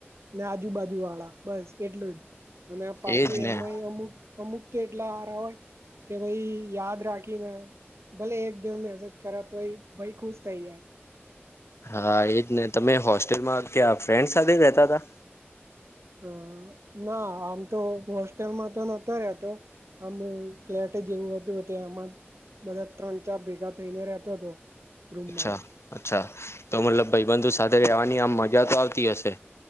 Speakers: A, on the right; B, on the left.
A: ને આજુબાજુ વાળા બસ એટલું જ અને પાછું
B: એજ ને
A: એમાંય અમુક અમુક તો એટલા હારા હોય કે ભાઈ યાદ રાખીને, ભલે એક જણ મેહેસેજ કર તોય ભાઈ ખુશ થઇ જ
B: હા, એજ ને તમે હોસ્ટેલમાં ત્યાં ફ્રેન્ડ સાથે રહેતા હતા?
A: હ ના આમ તો હોસ્ટેલમાં તો નહતો રહ્યાતો. આમ ફ્લેટ જેવું હતું, ત્યા આમાં બધા ત્રણ ચાર ભેગા થઈને રહેતો હતો, રૂમમાં
B: અચ્છા અચ્છા તો મતલબ ભાઈબંધુ સાથે રહેવાની આમ મજા તો આવતી હશે.